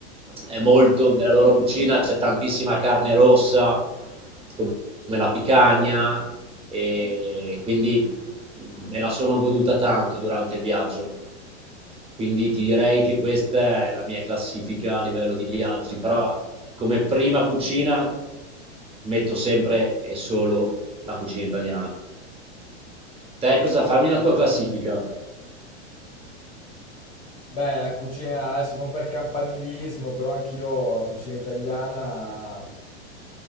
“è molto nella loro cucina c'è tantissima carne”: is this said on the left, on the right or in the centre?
Right